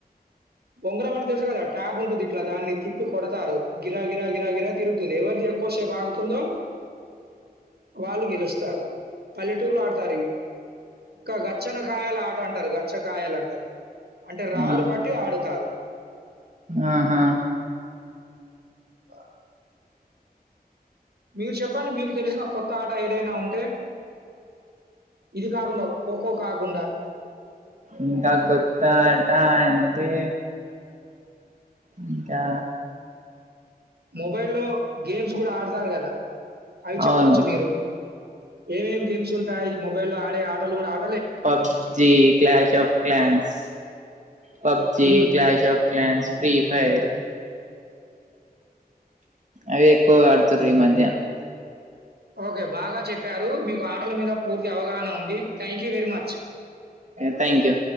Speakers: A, on the right; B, on the right.
A: బొంగరం అని తెలుసు కదా ట్యాగ్ ఉంటుంది ఇట్లా దాన్ని తిప్పి కొడతారు గిరాగి గిరాగిరా తిరుగుతుంది ఎవరిది ఎక్కువసేపు ఆగుతుందో వాళ్ళు గెలుస్తారు పల్లెటూర్లో ఆడతారు ఇవి గచ్చనకాయలు ఆట అంటారు గచ్చకాయలు అంటారు అంటే రాళ్ళు
B: ఆ
A: పట్టి ఆడుతారు
B: ఆహా
A: ఆ మీరు చెప్పండి మీకు తెలిసిన కొత్త ఆట ఏదైనా ఉంటే ఇది కాకుండా కోకో కాకుండా
B: ఇంకా కొత్తాట అంటే ఇంకా
A: మొబైల్ లో గేమ్స్ కూడా ఆడ్ తారు కదా అవి చెప్పచ్చు
B: అవును
A: మీరు ఏమేం గేమ్స్ ఉంటాయి మొబైల్ లో ఆడే ఆటలు కూడా ఆ
B: PUBG clash of clans PUBG
A: హ్మ్.
B: Clash of clans free fire అవి ఎక్కువ ఆడుతుారు ఈ మధ్య
A: ఓకే బాగా చెప్పారు మీకు ఆటల మీద పూర్తి అవగాహన ఉంది thank you very much.
B: Thank you